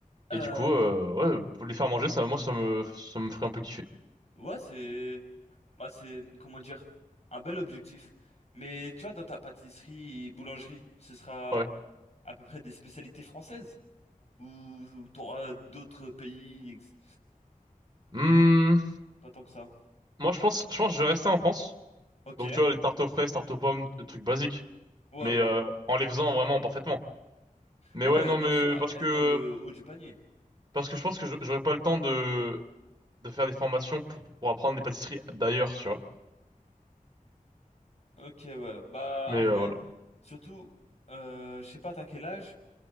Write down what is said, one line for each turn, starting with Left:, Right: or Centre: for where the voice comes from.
Right: Et
Left: Euh,
Right: du coup, euh, ouais, pour les faire manger, ça, moi, ça me, ça me ferait un peu kiffer.
Left: ouais, c'est, bah, c'est, comment dire, un bel objectif. Mais tu vois, dans ta pâtisserie et boulangerie, ce sera
Right: Ouais.
Left: à peu près des spécialités françaises ou t'auras d'autres pays ex-
Right: Hmm,
Left: ou pas tant que ça.
Right: moi, je pense, je pense que je vais rester en France.
Left: Ok.
Right: Donc,
Left: Ouais,
Right: tu vois, les tartes aux fraises, tartes aux pommes, des trucs basiques.
Left: ouais.
Right: Mais euh, en les faisant vraiment parfaitement. Mais
Left: Ouais,
Right: ouais, non,
Left: bien
Right: mais
Left: sûr,
Right: parce
Left: être
Right: que,
Left: dans le haut du panier.
Right: parce que je pense que je- j'aurais pas le temps de, de faire des formations pour, pour apprendre les pâtisseries d'ailleurs, tu vois.
Left: Ok, ouais. Bah,
Right: Mais
Left: en vrai,
Right: euh, voilà.
Left: surtout, euh, je sais pas t'as quel âge,